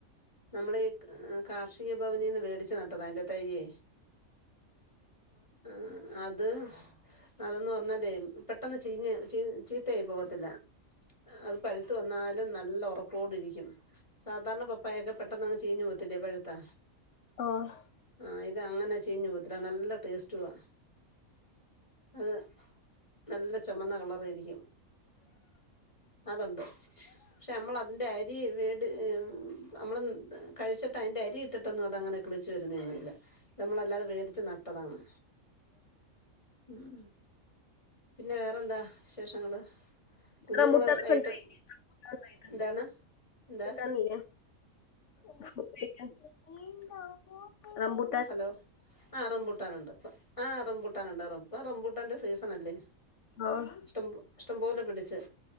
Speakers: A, on the left; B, on the left.
A: നമ്മളീ കാർഷിക ഭവനീന്ന് വേടിച്ച് നട്ടതാ അയ്ന്റെ തയ്യേ ആഹ് അത് അതെന്ന് പർഞ്ഞാലേ പെട്ടെന്ന് ചീഞ്ഞ് ചീത്തയായ് പാേവത്തില്ലാ അത് പഴ്ത്ത് വന്നാലും നല്ലൊറപ്പോടിരിക്കും സാധാരണ പപ്പായൊക്കെ പെട്ടെന്നങ്ങ് ചീഞ്ഞ് പോകത്തില്ലേ പഴ്ത്താ
B: ആഹ്
A: ആഹ് ഇതങ്ങനെ ചീഞ്ഞ് പോവത്തില്ല നല്ല ടേസ്റ്റുവാ ആഹ് നല്ല ചാെമന്ന കളറായ്രിക്കും അതൊണ്ട് പക്ഷെ അമ്മളതിന്റെ അരി വേ ത് എം നമ്മള് കഴ്ച്ചിട്ട് അയ്ന്റെരി ഇട്ടിട്ടൊന്നൂടെ അങ്ങനെ കിളിച്ച് വെര്ന്നേന്നുല്ല നമ്മളല്ലാതെ വേടിച്ച് നട്ടതാണ് ഉം ഉം പിന്നെ വേറെന്താ വിശേഷങ്ങള് കുഞ്ഞുങ്ങള്
B: റംബുട്ടാനൊക്കെണ്ടായില്ലേ
A: വൈകിട്ട്
B: റംബുട്ടാൻണ്ടായിട്ട്ണ്ട്
A: എന്താണ്
B: റംബുട്ടാന്ല്ല്യാ
A: എന്താ
B: <unintelligible> റംബു
A: ഹലോ ആഹ് റെംബൂട്ടാനുണ്ട്പ്പ് ആഹ് റെംബൂട്ടാനുണ്ട് റെം പ്പെ റെംബു ട്ടാന്റെ സീസണല്ലേ
B: ആഹ്
A: ഇഷ്ടമ്പോ ഇഷ്ടംപോലെ പിടിച്ച്